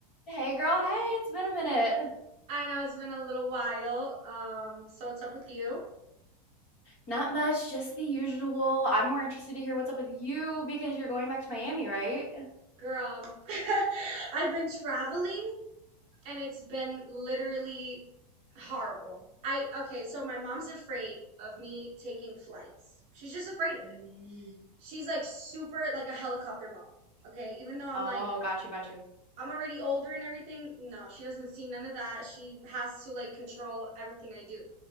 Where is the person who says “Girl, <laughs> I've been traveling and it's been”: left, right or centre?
Right